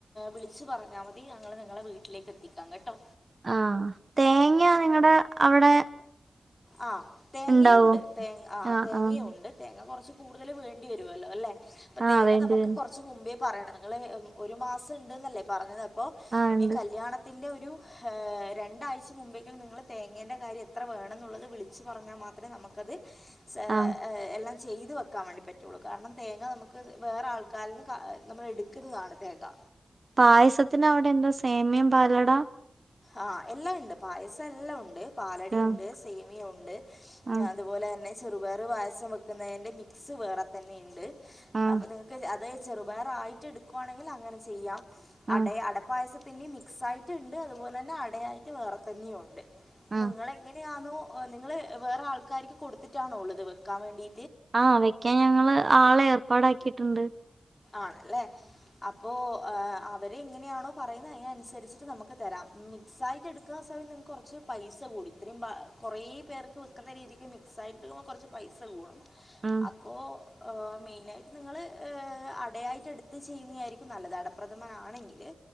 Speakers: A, on the left; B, on the right.
A: വിളിച്ച് പറഞ്ഞാ മതി ഞങ്ങൾ നിങ്ങളെ വീട്ടിലേക്ക് എത്തിക്കാം കെട്ടോ
B: ആ തേങ്ങ നിങ്ങടെ അവിടെ
A: ആ തേങ്ങയും
B: ഇണ്ടാവോ
A: ഉണ്ട് തേ ആ
B: ആഹ്
A: തേങ്ങയും
B: ആഹ്
A: ഉണ്ട് തേങ്ങ കൊറച്ച് കൂ കടുതൽ വേണ്ടി വരുവല്ലോ അല്ലെ ഇപ്പൊ
B: ആഹ്
A: തേങ്ങ
B: വേണ്ടി
A: നമുക്ക്
B: വരും
A: കൊറ്ച്ച് മുമ്പേ പറയണം നിങ്ങള് ഒരു മാസം ഇണ്ട്ന്നല്ലേ പറഞ്ഞത് പ്പോ
B: ആഹ് ഇണ്ട്
A: ഈ കല്ല്യാണ ത്തിൻ്റെ ഒരു രണ്ടാഴ്ച മുമ്പെങ്കിലും നിങ്ങൾ തേങ്ങേൻ്റെ കാര്യം എത്ര വേണം ന്നുള്ളത് വിളിച്ച് പറഞ്ഞാൽ മാത്രേ നമുക്കത് സാ
B: ആഹ്
A: ഏ എല്ലാം ചെയ്തു വെക്കാൻ വേണ്ടി പറ്റുള്ളു കാരണം തേങ്ങ നമുക്ക് വേറെ ആൾക്കാരിൽ നിന്ന് ക നമ്മൾ എടുക്കുന്നതാണ് തേങ്ങ
B: പായസത്തിന് അവിടെ എന്താ സേമ്യം പാലട
A: ആ എല്ലാം ഇണ്ട് പായസം എല്ലാം ഉണ്ട് പാലടിണ്ട്
B: ആഹ്
A: സേമിയ ഉണ്ട്
B: ആഹ്
A: അതുപോലെ ന്നെ ചെറുപയറ് പായസം വെക്കുന്നതിൻ്റെ മിക്സ് വേറെ തന്നെ ഇണ്ട്
B: ആഹ്
A: അപ്പൊ നിങ്ങക്ക് അത ചെറുപയറായിറ്റ് എടുക്കുയാണെങ്കിൽ അങ്ങനെ ചെയ്യാം അടെ
B: ആഹ്
A: അടപ്പായസത് പിന്നെ മിക്സായിട്ട്ണ്ട് പോലെന്നെ അടയായിട്ട് വേറെ തന്നെയുണ്ട്
B: ആഹ്
A: നിങ്ങള് എങ്ങനെയാ ന്നൂ എ നിങ്ങള് വേറെ ആൾക്കാരിക്ക് കൊടുത്തിട്ടാണോ ഉള്ളത് വെക്കാൻ വേണ്ടീ
B: ആഹ് വെക്കാൻ ഞങ്ങള് ആളെ ഏർപ്പാടാക്കിട്ട്ണ്ട്
A: ആണെല്ലെ അപ്പോ എഹ് അവരിങ്ങിനെയാണോ പറയു ന്നെ യൻസര്ചിട്ട് നമ്മുക്ക് തരാം ഉം ക് സായിറ്റെട്ക്ക സെ നിങ്ങക്‌ കൊർച് പൈസ കൂടി രിമ്പ കുറേ പേർക് വിക്കുന്ന രീതിക്ക് മിക്‌സായിട്ട് ഓ പൈസ കൂടും
B: ആഹ്
A: അപ്പോ ഓ മെയ്നായിട്ട് നിങ്ങള് ഹ് അടയായിട്ട് എടുത്ത് ചെയ്യുന്നെയായിരിക്കും നല്ലത് അടപ്രഥമനാണെങ്കില്